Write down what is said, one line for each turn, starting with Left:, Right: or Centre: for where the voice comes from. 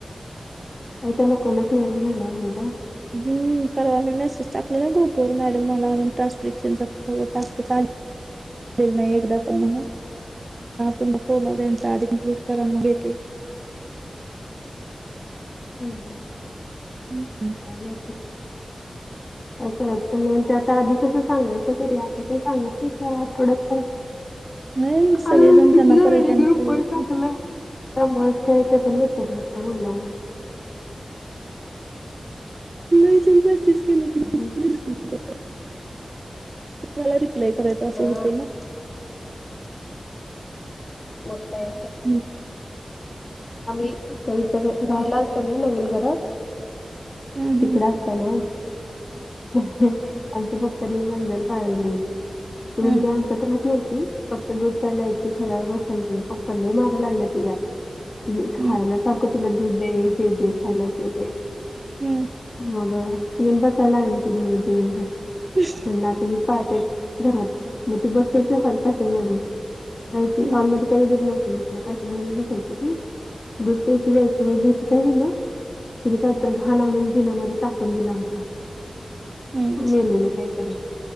Left: या तर लोकांनाच मिळत झाला म्हणलं
Right: हम्म पर मी मेसेज टाकले ना ग्रुप वर मॅडम मला म्ह ट्रान्ट्रिक्शन टास्क चाले दि नाही एकदा पण मग तुम फ त्यांच्या आधी इम्प्लट करा मगेतील
Left: हम हम
Right: हम् हम्
Left: मथर काय कचं नाही आता आधी कसं सांगायचं तरी आता काही सांगत नाही क आठवड्यात का
Right: नाही सगळेजण
Left: का तुझ
Right: त्यांना
Left: वेडी
Right: परेशान
Left: ग्रुप
Right: करायलेत
Left: व टाकलंय
Right: ना.
Left: त्यामुळेच काय ते पण विितत काय मुल्यांना
Right: नाही चल पस्तीस केलं क
Left: ह
Right: <inaudible> मला रिप्लाय करायचा असं
Left: हा
Right: होतय ना
Left: बग कायच
Right: ह
Left: आम्ही त ज राहायला असतो ना नवीन घरात
Right: हम्म
Left: तिकड्या
Right: हम्म
Left: ना आमच्या पप्पनी मांजर पाळली तुज
Right: हम्म
Left: त राहत नव्हती फक्त दूध प्यायची थोडा वेळ बसायची पप पपले मागे लागले तुझ्या खायला
Right: हम्म
Left: सारखं तुला दूध दे हे दे खायला ते दे
Right: हम्म
Left: मग येऊन बसायला लागली कधी वर्व
Right: ह्
Left: पाहत घरात मग ती बसायची हॉल पॅसेज मध्ये जायची
Right: हम्म
Left: हॉलमध्ये काही द नव्हते मीलं कॅस वगैरे बसायचे दूध प्यायची जायची म दिवशी काय झालं तिने काहीत घाण आणून जिण्यामध्ये टाकून दिला आमचा
Right: हम्म
Left: मेलेलं काहीतरी